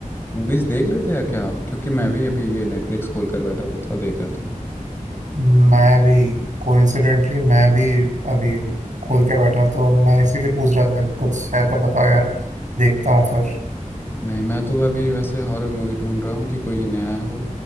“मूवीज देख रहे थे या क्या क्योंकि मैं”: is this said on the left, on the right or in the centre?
Left